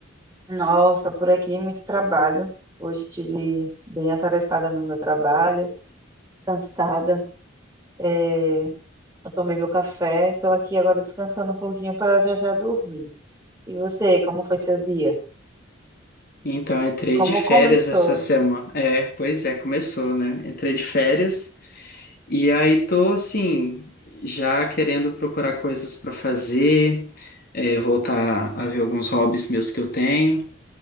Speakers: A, on the right; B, on the left.
A: Nossa, por aqui muito trabalho. Hoje tive bem atarefada no meu trabalho, cansada. É, eu tomei meu café, estou aqui agora descansando um pouquinho para já já dormir. E você, como foi seu dia?
B: Então, entrei
A: Como
B: de férias
A: começou?
B: essa semana. É, pois é, começou, né? Entrei de férias e aí tô, assim, já querendo procurar coisas para fazer, é, voltar a ver alguns hobbies meus que eu tenho,